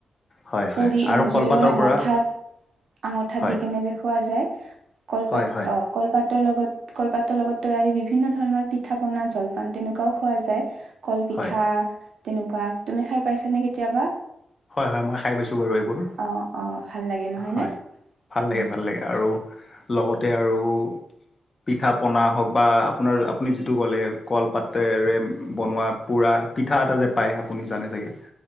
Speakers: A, on the left; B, on the right.
A: হয় হয়
B: পুৰি
A: আৰু কলপাতৰ
B: জুইৰ আঙঠাত
A: পৰা
B: আঙঠাত
A: হয়
B: দি কেনে যে খোৱা যায় কলপাত
A: হয় হয়
B: অ' কলপাতৰ লগত কলপাতৰ লগত তৈয়াৰী বিভিন্ন ধৰণৰ পিঠা পনা জলপান তেনেকুৱাও খোৱা যায় কলপিঠা
A: হয়
B: তেনেকুৱা তুমি খাই পাইছা নে কেতিয়াবা?
A: হয়, হয় মই খাই পাইছো বাৰু এইবোৰ।
B: অ অ ভাল লাগে নহয়নে?
A: হয় ভাল লাগে
B: উম
A: ভাল লাগে আৰু লগতে আৰু পিঠা পনা হওক বা আপোনাৰ আপুনি যিটো ক'লে কলপাতেৰে বনোৱা পোৰা পিঠা এটা যে পায় আপুনি জানে চাগে